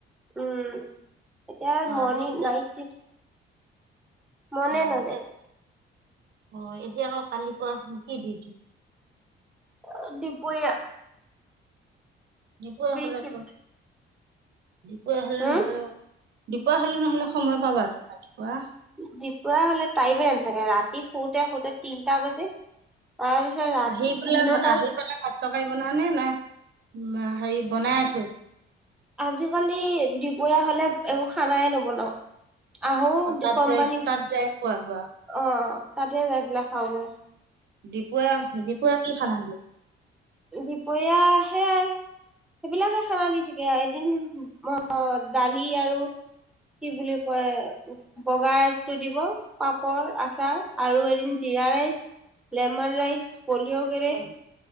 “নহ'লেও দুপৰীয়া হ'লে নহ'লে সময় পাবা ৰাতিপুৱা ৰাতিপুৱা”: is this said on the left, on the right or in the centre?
Right